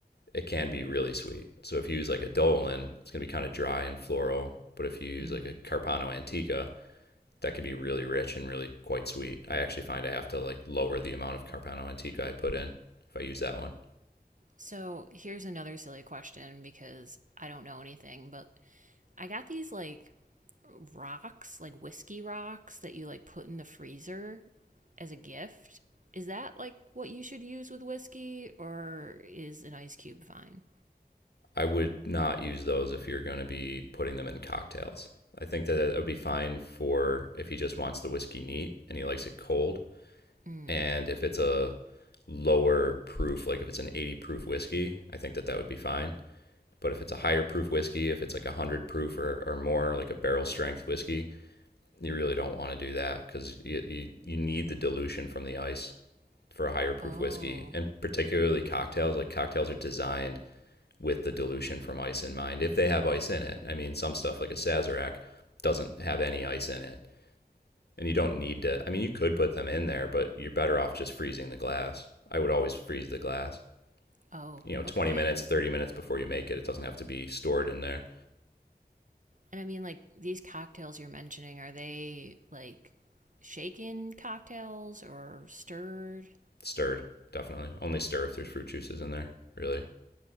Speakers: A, on the left (about 80°); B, on the right (about 50°).
A: it can be really sweet. So if you use like a Dolan, it's going to be kind of dry and floral. But if you use
B: Mm-hmm.
A: like a Carpano Antica, that can be really rich and really quite sweet. I actually find I have to like lower the amount of Carpano Antica I put in if I use that one.
B: So here's another silly question because I don't know anything, but I got these like rocks, like whiskey rocks that you like put in the freezer as a gift. Is that like what you should use with whiskey, or is an ice cube fine?
A: I would not use those if you're going to be putting them in cocktails. I think that it would be fine for if he just wants the whiskey neat and he likes it cold.
B: Mm.
A: And if it's a lower proof, like if it's an 80 proof whiskey, I think that that would be fine. But if it's a higher proof whiskey, if it's like 100 proof or, or more, like a barrel strength whiskey, you really don't want to do that because you, you, you need the dilution from the ice for a higher proof
B: Oh,
A: whiskey. And particularly cocktails, like cocktails are designed with the dilution from ice in mind if they have ice in it. I mean, some stuff like a Sazerac doesn't have any ice in it. And you don't need to, I mean, you could put them in there, but you're better off just freezing the glass. I would always freeze the glass.
B: oh,
A: You know, 20
B: okay.
A: minutes, 30 minutes before you make it. It doesn't have to be stored in there.
B: And I mean, like these cocktails you're mentioning, are they like shaken cocktails or stirred?
A: stirred definitely only stir if there's fruit juices in there really